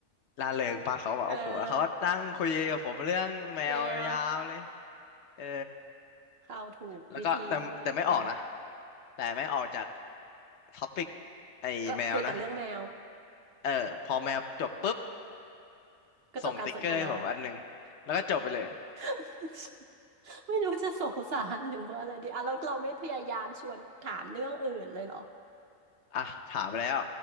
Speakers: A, on the left; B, on the right.
A: ร่าเริงปะเขาแบบโอ้โหแล้วเขาก็นั่งคุยกับผมเรื่องแมวยาวเลย
B: เออแมว
A: เออ
B: เข้าถูกวิธีด้วยเออ
A: แล้วก็แต่แต่ไม่ออกนะแต่ไม่ออกจากท็อปิกไอ้แมวนะ
B: ก็คุยแต่เรื่องแมว
A: เออพอแมวจบปุ๊บ
B: ก็จบการสนทนา
A: ส่งติ๊กเกอร์ให้ผมอันหนึ่งแล้วก็จบไปเลย
B: <laughs> ไม่รู้จะสงสารหรือว่าอะไรดีอ่ะเราเราไม่พยายามชวนถามเรื่องอื่นเลยเหรอ
A: <laughs> อ่ะถามแล้ว